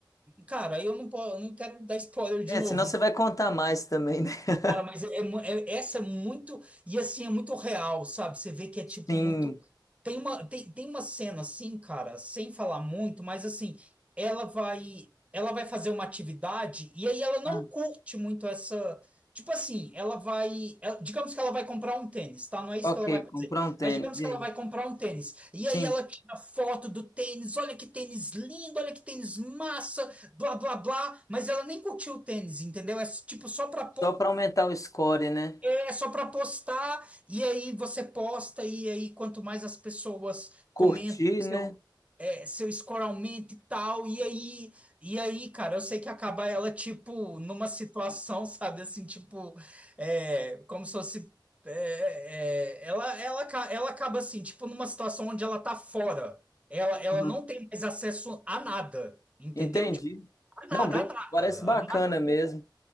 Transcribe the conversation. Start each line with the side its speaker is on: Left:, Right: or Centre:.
Right: cara, aí eu não, po- eu não quero dar spoiler de
Left: É,
Right: novo,
Left: senão você vai contar mais também, né? <laughs>
Right: Cara, mas é é mu- é- essa é muito. E assim, é muito real, sabe? Você vê que é
Left: Sim.
Right: tipo muito. Tem uma, tem, tem uma cena assim, cara, sem falar muito, mas assim, ela vai. Ela vai fazer uma atividade e aí ela não
Left: Ah.
Right: curte muito essa. Tipo assim, ela vai. ela- digamos que ela vai comprar um tênis, tá? Não é isso
Left: Ok,
Right: que ela vai fazer.
Left: comprar um tênis.
Right: Mas digamos
Left: E
Right: que
Left: aí?
Right: ela vai comprar um tênis. E
Left: Sim,
Right: aí ela tira foto do tênis, olha que tênis lindo, olha que tênis massa blá blá blá, mas ela nem curtiu o tênis, entendeu? É tipo só para
Left: só para aumentar o score, né?
Right: é só para postar, e aí você posta, e aí quanto mais as pessoas
Left: Curtir,
Right: comentam seu,
Left: né?
Right: é, seu score aumenta e tal, e aí, e aí, cara, eu sei que acaba ela, tipo, numa situação, <laughs> sabe, assim, tipo, é, como se fosse. é, é, ela, ela, ca- ela acaba assim, tipo, numa situação onde ela tá fora. Ela, ela
Left: Aham.
Right: não tem mais acesso a nada, entendeu?
Left: Entendi.
Right: Tipo, a nada,
Left: Não, bem,
Right: a nada,
Left: parece bacana
Right: a nada.
Left: mesmo.